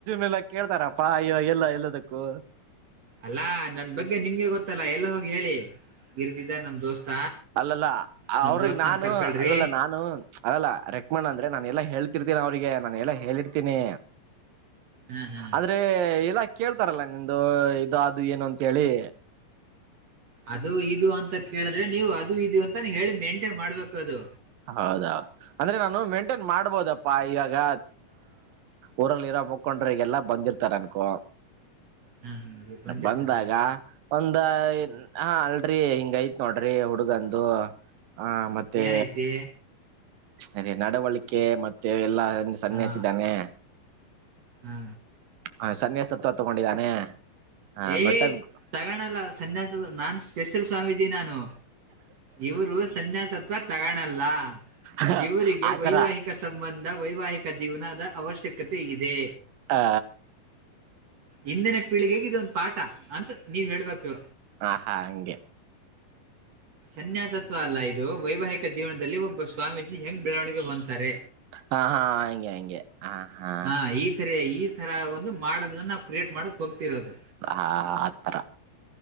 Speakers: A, on the right; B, on the right.
A: ಎಲ್ಲ ಕೇಳ್ತಾರಪ್ಪಾ ಅಯ್ಯೋ ಎಲ್ಲ ಎಲ್ಲದಕ್ಕೂ.
B: ಅಲ್ಲಾ ನನ್ ಬಗ್ಗೆ ನಿಮ್ಗೆ ಗೊತ್ತ. ಗೊತ್ತಲ್ಲಾ ಎಲ್ಲ ಹೋಗಿ ಹೇಳಿ. ಇರ್ತಿದ್ದ ನಮ್ ದೋಸ್ತ
A: ಅಲ್ಲಲ್ಲ
B: ನಮ್
A: ಅವ್ರಗ್
B: ದೋಸ್ತನ
A: ನಾನು
B: ಕರ್ಕೊಳ್ರಿ
A: ಅದಲ್ಲ ನಾನು ಅದಲ್ಲ ರೆಕ್ಮಣ್ ಅಂದ್ರೆ ನಾನ ಎಲ್ಲಾ ಹೇಳ್ತಿರ್ತೀನ ಅವ್ರಿಗೆ. ನಾನ ಎಲ್ಲ ಹೇಳಿರ್ತೀನಿ.
B: ಹ್ಮ್ ಹ್ಮ್
A: ಆದ್ರೆ ಇಲ್ಲಾ. ಕೇಳ್ತಾರಲ್ಲ ನಿಂದು ಇದು ಅದು ಏನು ಅಂತೇಳಿ.
B: ಅದು ಇದು ಅಂತ ಕೇಳಿದ್ರೆ ನೀವು ಅದು ಇ. ಮಾನ ಹೇಳಿ ಮೇಂಟೈನ್ ಮಾಡ್ಬೇಕದು.
A: ಹೌದಾ. ಅಂದ್ರೆ ನಾನು ಮೇಂಟೈನ್ ಮಾಡಬೋದಪ್ಪ ಈಗ. ಗ ಊರಲ್ಲಿ ಇರೋ ಮುಖಂಡ್ರಗೆಲ್ಲಾ ಬಂದಿರ್ತಾರೆ ಅನ್ಕೋ.
B: ಹ್ಮ್ ಇವ್ರ್ ಬಂದಿರ್ತಾರೆ
A: ಬಂದಾಗ ಒಂದ
B: ಹ್ಮ್.
A: ಹಾ. ನಡರಿ ಹಿಂಗೈತ್ ನೋಡ್ರರಿ ಹುಡುಗಂದು. ಹ ಮತ್ತೆ.
B: ಏನೈತಿ
A: ಸರಿ ನಡವಳಿಕೆ ಮತ್ತೆ ಎಲ್ಲಾ. ಸನ್ಯಾಸಿ
B: ಹಾ
A: ಇದಾನೆ
B: ಹಾ
A: ಹ ಸನ್ಯಾಸತ್ವ ತಗೊಂಡಿದ್ದಾನೆ. ಹ
B: ಏಯ್
A: ಬಟ್ ಅದ್
B: ತಗಣಲ್ಲ ಸನ್ಯಾಸ ನಾನ್. ಎಸಲ್ ಸ್ವಾಮಿ ನಾನು ಇವರು ಸನ್ಯಾಸ. ತಗಣಲ್ಲ.
A: ಹ
B: ಇವರಿಗೆ
A: ಆತರ
B: ವೈವಾಹಿಕ ಸಂಬಂಧ. ವೈವಾಹಿಕ ಜೀವನದ ಅವಶ್ಯಕತೆ ಇದೆ.
A: ಹಾ.
B: ಹಿಂದಿನ ಪೀಳಿಗೆ ಹಗಿದಂತ. ಪಾಠ ಅಂತ ನೀವ್ ಹೇಳ್ಬೇಕು.
A: ಹ ಹಾ ಹಂಗೆ.
B: ಸನ್ಯಾಸತ್ವ ಅಲ್ಲ ಇದು. ವೈವಾಹಿಕ ಜೀವನದಲ್ಲಿ ಒಬ್ಬ ಸ್ವಾಮೀಜಿ. ಹೆಂಗ್ ಬೆಳವಣಿಗೆ ಹೊಂತಾರೆ
A: ಹಾ ಹಾ ಹಂಗೆ ಹಂಗೆ ಹ ಹಾ
B: ಹ ಈಥರ ಈ. ಈ ತರ ಒಂದು ಮಾಡಲ್ ನಾವು ಕ್ರಿಯೇಟ್ ಮಾಡಕ್ ಹೋಗತಿರೋದು
A: ಹಾ ಅತ್ರರ